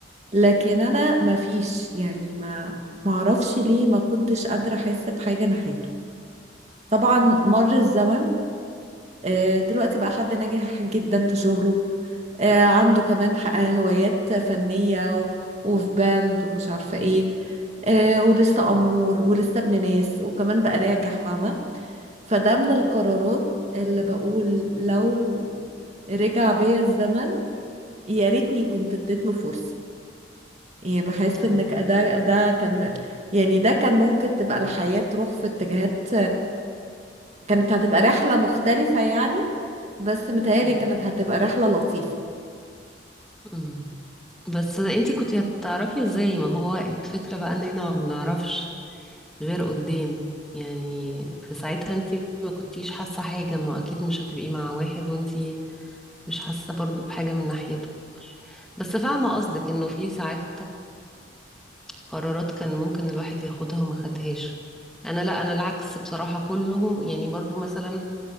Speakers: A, on the right; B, in the centre.
A: لكن أنا ما فيش يعني ما معرفش ليه ما كنتش قادرة أحس بحاجة ناحيته طبعا مر الزمن آه، دلوقتي بقى حد ناجح جدا في شغله آه، عنده كمان ح- هوايات فنية و- وفي باند ومش عارفة ايه آه، ولسه أمور ولسه ابن ناس وكمان بقى ناجح فاهمة فده من القرارات اللي بقول لو رجع بيا الزمن يا ريتني كنت اديت له فرصة يعني بحس
B: اه
A: ان ك- ده ده كان م- يعني ده كان ممكن تبقى الحياة تروح في اتجاهات كانت هتبقى رحلة مختلفة يعني بس متهيألي
B: مم.
A: كانت هتبقى رحلة لطيفة
B: مم. بس انت كنت هتعرفي ازاي ما هو الفكرة بقى ان احنا ما بنعرفش غير قدام يعني في ساعتها انت ما كنتيش حاسة حاجة ما اكيد مش هتبقي مع واحد وانت مش حاسة برضو بحاجة من ناحيته بس فاهمة قصدك انه في ساعات قرارات كان ممكن الواحد ياخدها وما خدهاش انا لا انا العكس بصراحة كلهم يعني برضو مثلا